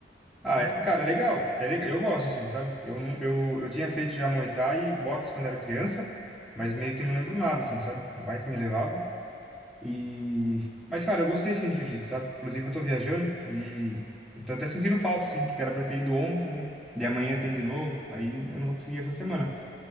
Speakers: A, in the centre; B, on the right (about 30°).
A: Ah,
B: É da
A: é-
B: hora.
A: cara, é legal, é legal, eu gosto, assim, sabe? Eu, não- eu, eu tinha feito já Muay Thai e boxe quando era criança, mas meio que não lembro nada, assim, sabe? Meu pai que me levava. E... Mas, cara, eu gostei, assim, do jiu-jitsu, sabe? Inclusive, eu tô viajando e eu tô até sentindo falta, assim, porque era pra ter ido ontem, né? E amanhã tem de novo, aí eu não vou conseguir essa semana.